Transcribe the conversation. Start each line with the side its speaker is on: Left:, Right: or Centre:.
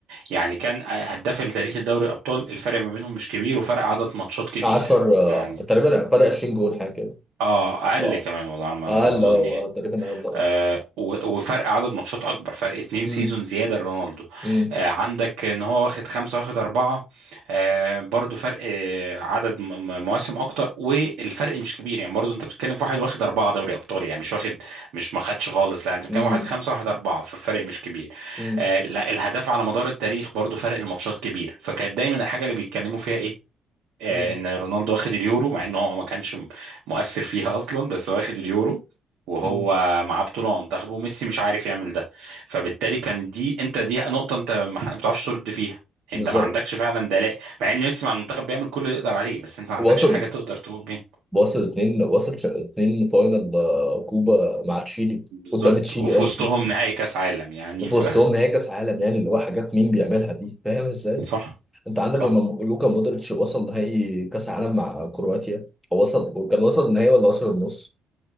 Right: يعني كان هداف التاريخ الدوري الابطال الفرق ما بينهم مش كبير وفرق عدد ماتشات كبير
Centre: 10 آه،
Right: يعني
Centre: تقريبا فرق 20 جول حاجه كده
Right: اه اقل
Centre: آه،
Right: كمان والله على ما
Centre: اقل
Right: اظن
Centre: اه
Right: يعني
Centre: آه، تقريبا اقل اه
Right: آه، و- وفرق عدد ماتشات اكبر فرق اتنين سيزون
Centre: مم،
Right: زياده لرونالدو
Centre: مم،
Right: آه، عندك ان هو واخد خمسه واخد اربعه آه، برضو فرق آه، عدد م- م- مواسم اكتر والفرق مش كبير يعني برضو انت بتتكلم في واحد واخد اربعه دوري ابطال يعني مش واخد مش ما خدش خالص لا انت بتتكلم
Centre: مم،
Right: واحد خمسه واحد اربعه فالفرق مش كبير
Centre: مم،
Right: آه، لا الهداف على مدار التاريخ برضو فرق الماتشات كبير فكانت دايما الحاجه اللي بيتكلموا فيها ايه آه،
Centre: مم،
Right: ان رونالدو واخد اليورو مع انه هو ما كانش م- مؤثر فيها اصلا بس هو واخد اليورو وهو
Centre: مم.
Right: معاه بطوله مع منتخبه وميسي مش عارف يعمل ده فبالتالي كانت دي انت دي نقطه انت ما ح- ما بتعرفش ترد فيها انت
Centre: بالظبط
Right: ما عندكش فعلا دلاء مع ان ميسي مع المنتخب بيعمل كل اللي يقدر عليه بس انت ما
Centre: وصل
Right: عندكش حاجه تقدر تقول بيها
Centre: وصل اتنين وصل ش- اتنين فاينل آه، كوبا مع تشيلي
Right: بالظبط
Centre: قدام تشيلي
Right: وفي
Centre: قصدي
Right: وسطهم نهائي كاس عالم يعني
Centre: وفي
Right: ف
Centre: وسطهم نهائي كاس عالم يعني اللي هو حاجات مين بيعملها دي فاهم ازاي؟
Right: <laughs> صح
Centre: انت عندك
Right: صح
Centre: لما م- لوكا مودريتش وصل نهائي كاس عالم مع كرواتيا هو وصل وكان وصل النهائي ولا وصل النص؟